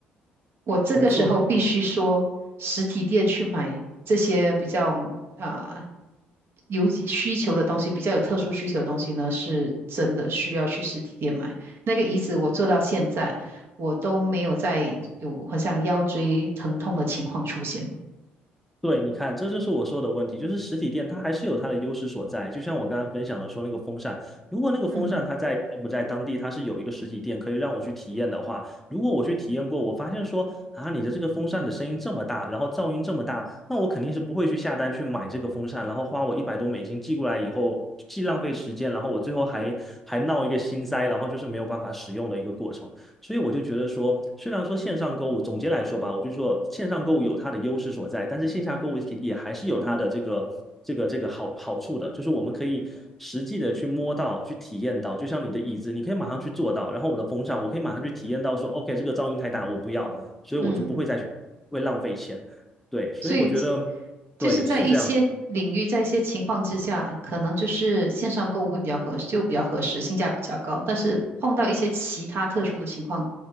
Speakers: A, on the right; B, in the centre.
A: 我这个时候必须说，
B: 没错，
A: 实体店去买这些比较啊、有几需求的东西，比较有特殊需求的东西呢，是真的需要去实体店买。那个椅子我做到现在，我都没有再有好像腰椎疼痛的情况出现了。
B: 对，你看，这就是我说的问题，就是实体店它还是有它的优势所在。就像我刚刚分享的说那个风扇，如果那个风扇它在柬埔寨当地它是有一个实体店可以让我去体验的话，
A: 嗯
B: 如果我去体验过，我发现说啊，你的这个风扇的声音这么大，然后噪音这么大，那我肯定是不会去下单去买这个风扇，然后花我一百多美金寄过来以后，既浪费时间，然后我最后还还闹一个心塞，然后就是没有办法使用的一个过程。所以我就觉得说，虽然说线上购物，总结来说吧，我就说线上购物有它的优势所在，但是线下购物也还是有它的这个这个这个好好处的，就是我们可以实际的去摸到、去体验到，就像你的椅子，你可以马上去坐到，然后我的风扇，我可以马上去体验到说，OK，这个噪音太大，我不要，所以我就不会再去会浪费钱。
A: 嗯。
B: 对，所以我觉得对是这样，
A: 所以就是在一些领域，在一些情况之下，可能就是线上购物会比较合适，就比较合适，性价比较高。但是碰到一些其他特殊的情况，